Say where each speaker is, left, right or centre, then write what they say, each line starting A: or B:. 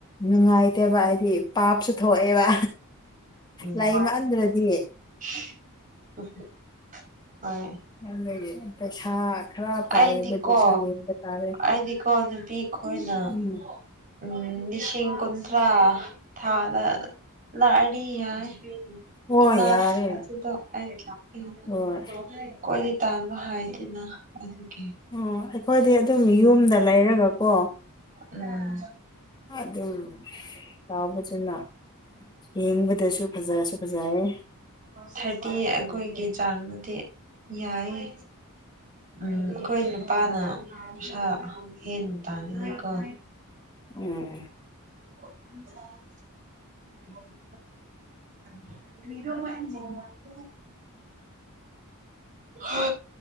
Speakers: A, on the left (about 20°); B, on the right (about 40°).
A: ꯅꯨꯡꯉꯥꯏꯇꯦꯕ ꯍꯥꯏꯗꯤ ꯄꯥꯞꯁꯨ ꯊꯣꯛꯑꯦꯕ
B: ꯎꯝ
A: ꯂꯩ ꯃꯥꯟꯗ꯭ꯔꯗꯤ
B: <inaudible> ꯍꯣꯏ
A: ꯑꯗꯨꯒꯤ ꯄꯩꯁꯥ ꯈꯔ ꯄꯥꯏꯕꯗꯨꯁꯨ
B: ꯑꯩꯗꯤꯀꯣ
A: ꯌꯦꯡꯕ ꯇꯥꯔꯦ
B: ꯑꯗꯤꯀꯣ ꯑꯩꯈꯣꯏꯅ
A: ꯎꯝ
B: ꯎꯝ ꯂꯤꯁꯤꯡ ꯀꯨꯟꯊ꯭ꯔꯥ ꯊꯥꯗ ꯂꯥꯛꯑꯗꯤ ꯌꯥꯏ
A: ꯍꯣꯏ
B: ꯏꯅꯥꯐ
A: ꯌꯥꯔꯦ
B: ꯑꯗꯨꯗꯣ <unintelligible>
A: ꯍꯣꯏ
B: ꯀꯣꯏ ꯇꯥꯟꯕ ꯍꯥꯏꯗꯤꯅ <unintelligible>
A: ꯎꯝ ꯑꯩꯈꯣꯏꯗꯤ ꯑꯗꯨꯝ ꯌꯨꯝꯗ ꯂꯩꯔꯒꯀꯣ
B: ꯎꯝ
A: <unintelligible> ꯗꯨꯝ ꯇꯥꯎꯕꯁꯤꯅ ꯌꯦꯡꯕꯗꯁꯨ ꯐꯖꯁꯨ ꯐꯖꯌꯦ
B: ꯊꯥꯔꯇꯤ ꯑꯩꯈꯣꯏꯒꯤ ꯆꯥꯡꯅꯗꯤ ꯌꯥꯏ ꯎꯝ ꯑꯩꯈꯣꯏ ꯅꯨꯄꯥꯅ ꯄꯩꯁꯥ ꯍꯦꯟꯅ ꯇꯥꯥꯟꯅꯤꯀꯣ
A: ꯎꯝ
B: <unintelligible> ꯀꯔꯤꯔꯣ ꯃꯥꯢ <unintelligible> ꯍꯦ